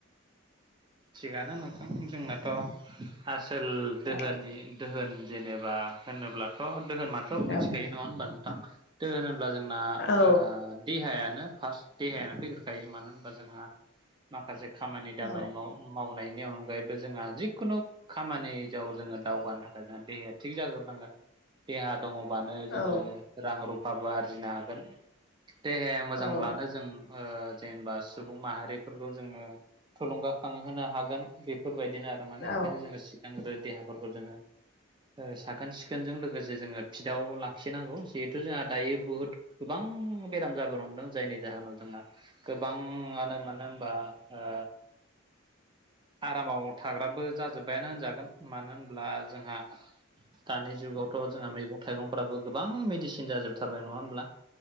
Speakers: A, on the right; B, on the left.
A: थिगानो नोंथां जोंनाथ' आसोल दोहोनि
B: औ
A: दोहोन जेनेबा होनोब्लाथ' दोहोनाथ' मिथिखायो
B: औ
A: नङा होनबा नोंथां? दोहोन होनब्ला जोंना
B: औ
A: ओ देहायानो फार्स्ट देहायानो फैग्रोखायो मानो होनबा जोंहा माखासे खामानि दामानि
B: औ
A: माव मावनायनि अनगायैबो जोंहा जिखुनु खामानि जाव जोङो दावगानो थाखाय जोंहा देहाया थिग जागोरनांगोन देहा दङबानो जोङो
B: औ
A: रां रुफाबो आरजिनो हागोन देहाया
B: औ
A: मोजांब्लानो जों ओ जेनेबा सुबुं माहारिफोरखौ जोङो थुलुंगाखांहोनो हागोन बेफोरबायदिनो आरो माने
B: औ
A: ओंखायनो जोङो सिगांग्रो देहाफोरखौ जोङो ओ साखोन सिखोनजों लोगोसे जोङो फिटआव लाखिनांगौ जिहेथु जोंहा दायो बुहुद गोबां बेराम जाबोनो हमदों जायनि जाहोनाव जोंहा गोबाङानो मानो होमबा ओ आरामाव थाग्राबो जाजोब्बायानो होनजागोन मानो होनब्ला जोंहा दानि जुगावथ' जोंहा मैगं थाइगंफ्राबो गोबां मेडिसिन जाजोबथारबाय नङा होमब्ला?